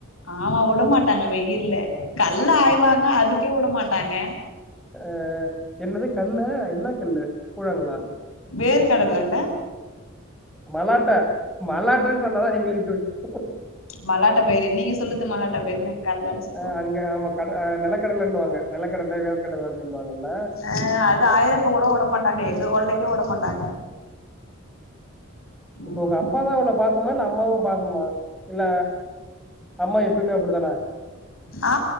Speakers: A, on the left (about 75°); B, in the centre.
A: ஆமா விடமாட்டாங்க வெயில்ல கல்ல ஆய்வாங்க அதுக்கே விடமாட்டாங்க
B: ஆ என்னது கல்ல என்ன கல்லு கூழாங்கல்லா
A: வேர்கடல இல்ல
B: மலாட்ட மலாட்டன்னு சொன்னாதா எங்களுக்கு தெரியு
A: மலாட்ட பயிரு நீங்க சொல்லுது மலாட்ட பயிரு நாங்க கல்லன்னு சொல்லுவோ
B: ஆ அங்க ஆமா கட ஆ நெலக்கடலன்னுவாங்க நெலக்கடல வேர்க்கடல அப்டின்னு வாங்கல்ல
A: ஆ அதா ஆயிர இப்ப கூட விட மாட்டாங்க எங்க கொள்ளைக்கும் விட மாட்டாங்க
B: இப்ப
A: ம்
B: உங்க அப் அப்பா தா உன்ன பாக்குமா இல்ல அம்மா தா உன்ன பாக்குமா இல்ல நம்ம எப்பவுமே அப்டித்தானே
A: ஆ